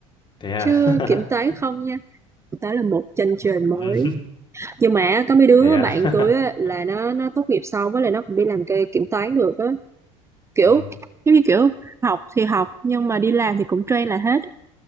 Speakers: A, on the left; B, on the right.
A: thế à.
B: chứ kiểm toán
A: <laughs>
B: không nha. Đó là một chân trời mới,
A: Ừ,
B: nhưng mà có mấy đứa
A: thế à.
B: bạn tôi á là
A: <laughs>
B: nó nó tốt nghiệp xong á là nó cũng đi làm cái kiểm toán được á, kiểu,
A: Ừ
B: giống như kiểu, học thì học nhưng mà đi làm thì cũng train là hết.